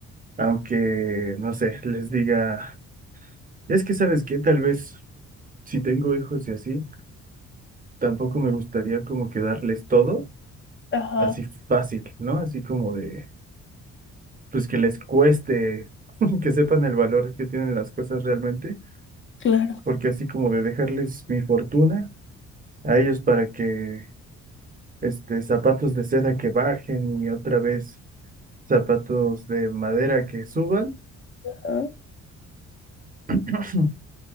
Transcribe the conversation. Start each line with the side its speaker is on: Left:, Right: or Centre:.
Right: aunque, no sé, les diga, es que sabes que tal vez si tengo hijos y así, tampoco me gustaría como que darles todo
Left: Ajá,
Right: así fácil, ¿no? Así como de, pues que les cueste, <laughs> que sepan el valor que tienen las cosas realmente,
Left: Claro.
Right: porque así como de dejarles mi fortuna a ellos para que, este, zapatos de seda que bajen y otra vez zapatos de madera que suban.
Left: ajá.
Right: <clears throat>